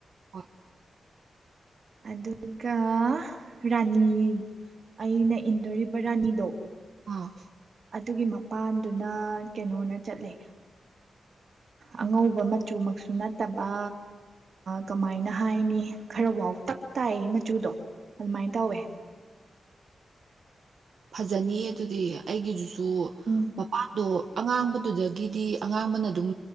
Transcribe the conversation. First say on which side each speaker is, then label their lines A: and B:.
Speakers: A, on the right; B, on the right.
A: ꯍ <inaudible>
B: ꯑꯗꯨꯒ ꯔꯥꯅꯤ ꯑꯩꯅ ꯏꯟꯗꯣꯔꯤꯕ ꯔꯥꯅꯤꯗꯣ
A: ꯑꯥ
B: ꯑꯗꯨꯒꯤ ꯃꯄꯥꯟꯗꯨꯅ ꯀꯩꯅꯣꯅ ꯆꯠꯂꯦ ꯑꯉꯧꯕ ꯃꯆꯨꯃꯛꯁꯨ ꯅꯠꯇꯕ ꯀꯃꯥꯏꯅ ꯍꯥꯏꯅꯤ ꯈꯔ ꯋꯥꯎꯇꯛ ꯇꯥꯏ ꯃꯆꯨꯗꯣ ꯑꯗꯨꯃꯥꯏꯅ ꯇꯧꯌꯦ
A: ꯐꯖꯅꯤꯌꯦ ꯑꯗꯨꯗꯤ ꯑꯩꯒꯤꯁꯨꯨ ꯑꯗꯨ
B: ꯎꯝ
A: ꯃꯄꯥꯟꯗꯣ ꯑꯉꯥꯡꯕꯗꯨꯗꯒꯤꯗꯤ ꯑꯉꯥꯡꯕꯅ ꯑꯗꯨꯝ